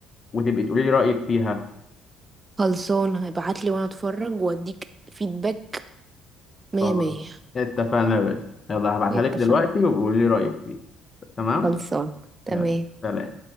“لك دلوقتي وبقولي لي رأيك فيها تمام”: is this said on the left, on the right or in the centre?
Left